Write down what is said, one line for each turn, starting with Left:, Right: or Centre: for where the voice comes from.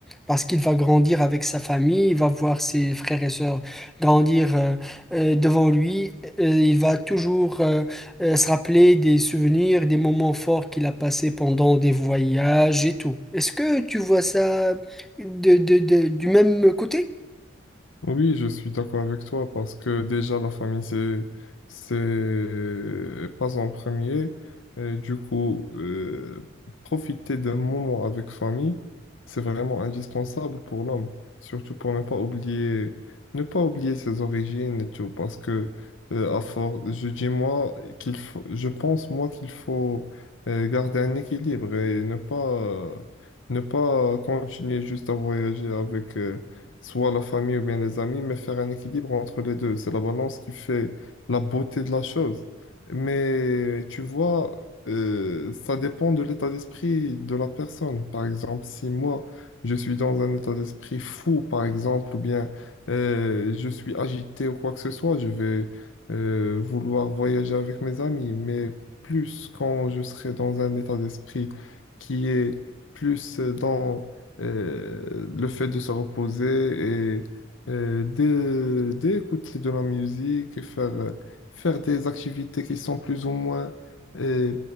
Centre: Parce qu'il va grandir avec sa famille, il va voir ses frères et sœurs grandir euh, euh, devant lui. Euh, il va toujours euh, euh, se rappeler des souvenirs, des moments forts qu'il a passés pendant des voyages et tout. Est-ce que tu vois ça de, de- de- du même côté?
Left: Oui, je suis d'accord avec toi parce que déjà la famille c'est c'est pas en premier. Et du coup, euh, profiter d'un moment avec famille, c'est vraiment indispensable pour l'homme, surtout pour ne pas oublier ne pas oublier ses origines et tout parce que euh, à force, je dis moi qu'il faut, je pense moi qu'il faut euh, garder un équilibre et ne pas ne pas continuer juste à voyager avec euh, soit la famille ou bien les amis, mais faire un équilibre entre les deux. C'est la balance qui fait la beauté de la chose. Mais tu vois, euh, ça dépend de l'état d'esprit de la personne. Par exemple, si moi, je suis dans un état d'esprit fou, par exemple, ou bien euh, je suis agité ou quoi que ce soit, je vais euh, vouloir voyager avec mes amis. Mais plus quand je serai dans un état d'esprit qui est plus euh, dans euh, le fait de se reposer et euh, d'é- d'écouter de la musique et faire, euh, faire des activités qui sont plus ou moins euh,